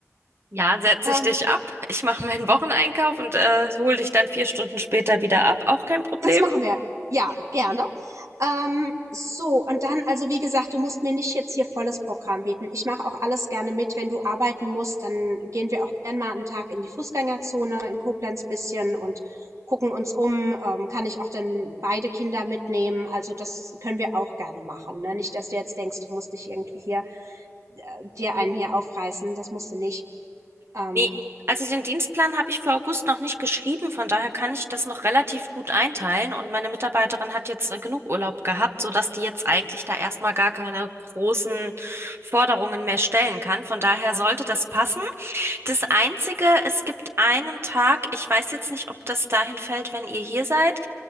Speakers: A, on the right; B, on the right.
A: Ja, setze
B: Ähm,
A: ich dich ab. Ich mache meinen Wocheneinkauf und äh, hole dich dann vier Stunden später wieder ab. Auch kein Problem.
B: Das machen wir. Ja, gerne. Ähm, so, und dann, also wie gesagt, du musst mir nicht jetzt hier volles Programm bieten. Ich mache auch alles gerne mit. Wenn du arbeiten musst, dann gehen wir auch gerne mal einen Tag in die Fußgängerzone in Koblenz bisschen und gucken uns um. Ähm, kann ich auch dann beide Kinder mitnehmen? Also das können wir auch gerne machen. Ne? Nicht, dass du jetzt denkst, du musst dich irgendwie hier äh, dir einen hier aufreißen. Das musst du nicht. Ähm,
A: Nee, also den Dienstplan habe ich für August noch nicht geschrieben, von daher kann ich das noch relativ gut einteilen und meine Mitarbeiterin hat jetzt äh, genug Urlaub gehabt, sodass die jetzt eigentlich da erstmal gar keine großen Forderungen mehr stellen kann. Von daher sollte das passen. Das Einzige, es gibt einen Tag, ich weiß jetzt nicht, ob das dahin fällt, wenn ihr hier seid.